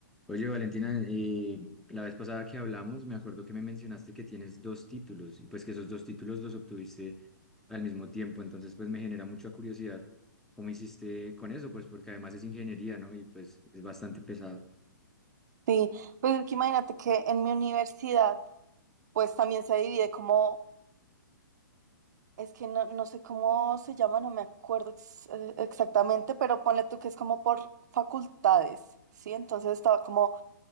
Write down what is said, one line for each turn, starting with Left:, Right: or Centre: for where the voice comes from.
Centre: Oye, Valentina, eh, la vez pasada que hablamos, me acuerdo que me mencionaste que tienes dos títulos y pues que esos dos títulos los obtuviste al mismo tiempo, entonces pues me genera mucha curiosidad cómo hiciste con eso, pues porque además es ingeniería, ¿no? Y pues es bastante pesado.
Right: Sí, pues es que imagínate que en mi universidad, pues también se divide como, es que no, no sé cómo se llama, no me acuerdo ex- eh, exactamente, pero ponle tú que es como por facultades, ¿sí? Entonces estaba como